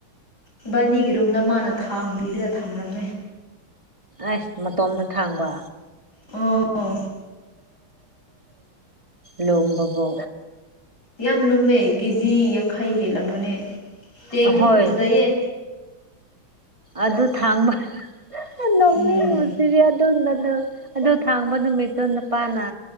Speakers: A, on the left (about 50°); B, on the right (about 15°).
A: ꯏꯕꯥꯅꯤꯒꯤ ꯔꯨꯝꯗ ꯃꯥꯅ ꯊꯥꯡꯕꯤꯔꯒ ꯊꯝꯔꯝꯃꯦ
B: ꯑꯁ ꯃꯇꯣꯝꯗ ꯊꯥꯡꯕ
A: ꯑꯣ
B: ꯂꯣꯝꯕꯕꯣ
A: ꯌꯥꯝ ꯂꯨꯝꯃꯦ ꯀꯦꯖꯤ ꯌꯥꯡꯈꯩ ꯍꯦꯜꯂꯝꯒꯅꯤ ꯆꯦꯡꯁꯨ
B: ꯑꯍꯣꯏ
A: ꯐꯖꯩꯌꯦ
B: ꯑꯗꯨ ꯊꯥꯡꯕ ꯅꯣꯛꯅꯤꯡꯕꯁꯤꯗꯤ
A: ꯎꯝ
B: <unintelligible> ꯑꯗꯨ ꯊꯥꯡꯕ ꯅꯨꯃꯤꯠꯇꯣ ꯅꯨꯄꯥꯅ